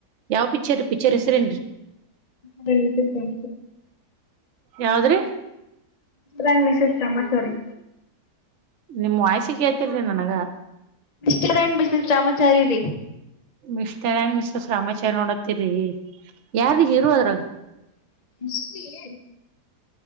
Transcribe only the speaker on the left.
ಸ ಕಮ.
ರಣಮಷ ಇಷ್ಟ ಬಚೂರಿ.
ಮಿಸ್ಟರ್ ಅಂಡ್ ಮಿಸಸ್ ರಾಮಾಚಾರಿ ರೀ
<inaudible>